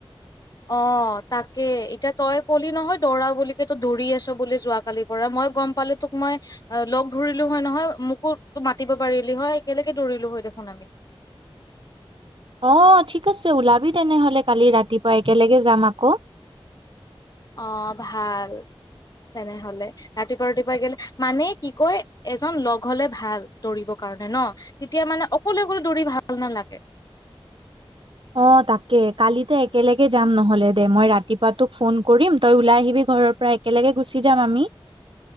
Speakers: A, on the left; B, on the right.
A: অ', তাকে এতিয়া তই কলি নহয় দৌৰা বুলি কে তো দৌৰি আছ বুলি যোৱাকালিৰ পৰা। মই গম পালো তোক মই লগ ধৰিলো হয় নহয়, মোকো তো মাতিব পাৰিলি হয় একেলগে দৌৰিলো হয় দেখোন আমি
B: অ ঠিক আছে ওলাবি তেনেহলে কালি ৰাতিপুৱা একেলগে যাম আকৌ।
A: অ ভাল, তেনেহলে ৰাতিপুৱা-ৰাতিপুৱাই গেলে মানে কি কয় এজন লগ হলে ভাল দৌৰিবৰ কাৰণে ন? তেতিয়া মানে অকলে অকলে দৌৰি ভাল নালাগে।
B: অ তাকে, কালি তে একেলগে যাম নহ'লে দে, মই ৰাতিপুৱা তোক ফোন কৰিম তই ওলাই আহিবি ঘৰৰ পৰা একেলগে গুচি যাম আমি।